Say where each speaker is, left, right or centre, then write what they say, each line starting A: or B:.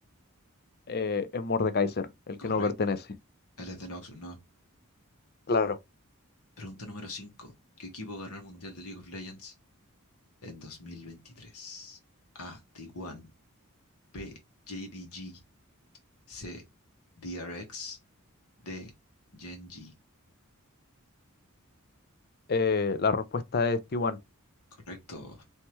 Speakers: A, on the left; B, on the left.
A: Eh, es Mordekaiser, el
B: Correcto.
A: que no pertenece.
B: Él es de Noxus, ¿no?
A: Claro.
B: Pregunta número cinco ¿Qué equipo ganó el Mundial de League of Legends en 2023? A. T1. B. JDG. C. DRX. D. Genji.
A: Eh, la respuesta es Tiwan.
B: Correcto.